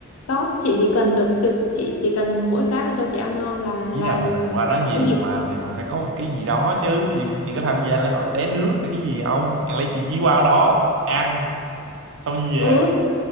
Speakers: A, on the left; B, on the right.
A: đó chị chỉ cần được chứ- chị chỉ cần mỗi cái là cho chị ăn ngon là
B: ý
A: là,
B: là mình
A: là
B: qua đó nhiều
A: cái gì
B: mà
A: cũng được.
B: thì mình phải có một cái gì đó chứ ví dụ như chị có tham gia lễ hội té nước hay cái gì không chẳng lẽ chị chỉ qua đó ăn xong đi
A: ừ
B: về